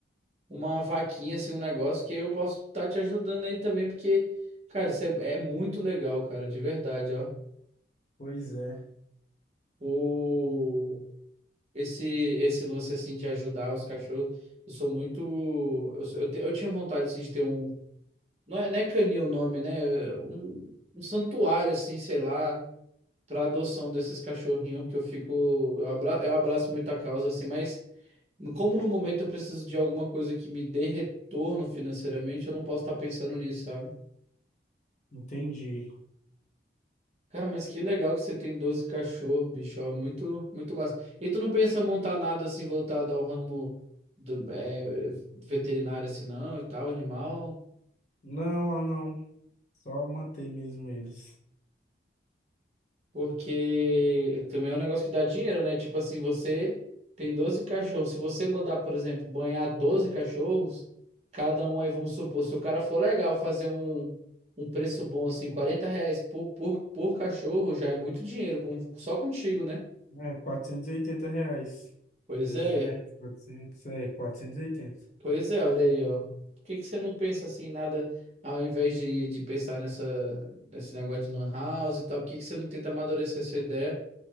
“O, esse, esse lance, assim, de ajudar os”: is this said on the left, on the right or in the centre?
Right